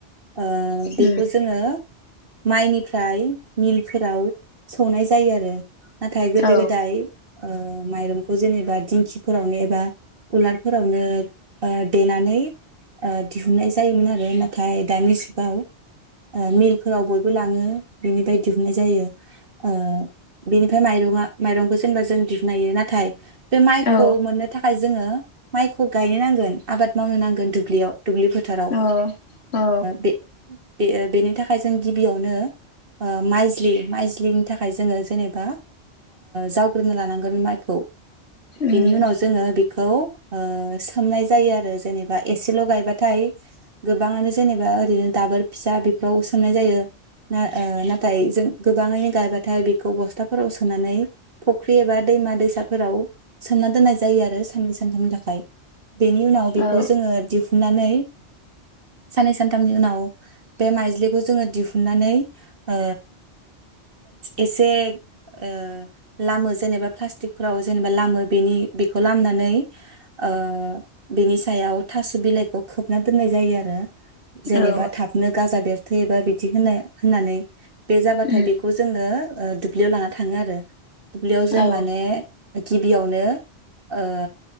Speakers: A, on the right; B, on the left.
A: ओ
B: उम
A: बेखौ जोङो माइनिफ्राय मिलफोराव सौनाय जायो आरो नाथाय गोदो
B: औ
A: गोदाय ओ माइरंखौ जेनेबा दिंखिफोरावनो एबा उलारफोरावनो देनानै दिहुननाय जायोमोन आरो नाथाय दानि जुगाव मिलफोराव बयबो लाङो बेनि फ्राय दिहुननाय जायो ओ बेनिफ्राय माइरा माइरंखौ जेनेबा जों दिहुननो हायो नाथाय बे माइखौ
B: औ
A: मोननो थाखाय थाखाय जोङो माइखौ गायनो नांगोन आबाद मावनो नांगोन दुब्लियाव दुब्लि फोथाराव
B: औ औ
A: बे बे बेनि थाखाय जों गिबियावनो ओ माइज्लि माइज्लिनि थाखाय जोङो जेनेबा जावग्रोनो लानांगोन माइखौ
B: उम
A: बेनि उनाव जोङो बे खौ ओ सोमनाय जायो आरो जेनेबा एसेल गायबाथाय गोबाङानो जेनेबा ओरैनो दाबोर फिसा बेफोराव सोमनाय जायो ना ओ नाथाय जों गोबाङैनो गायबाथाय बेखौ बस्थाफोराव सोनानै फुख्रि एबा दैमा दैसाफोराव सोमना दोननाय जायो आरो साननै सानथामनि थाखाय बेनि उनाव बेखौ
B: औ
A: जोङो दिहुननानै साननै सानथामनि उनाव बे माइज्लिखौ जोङो दिहुननानै ओ एसे ओ लामो जेनेबा प्लास्टिकफोराव जेनेबा लामो बेनि बेखौ लामनानै ओ बेनि सायाव थास' बिलाइखौ खोबना दोननाय जायो आरो जेनेबा
B: औ
A: थाबनो गाजा देर थैबा बिदि होनाय होननानै बे जाबाथाय
B: उम
A: बेखौ जोङो ओ दुब्लियाव लाना थाङो आरो दुब्लियाव जों
B: औ
A: माने गिबियावनो ओ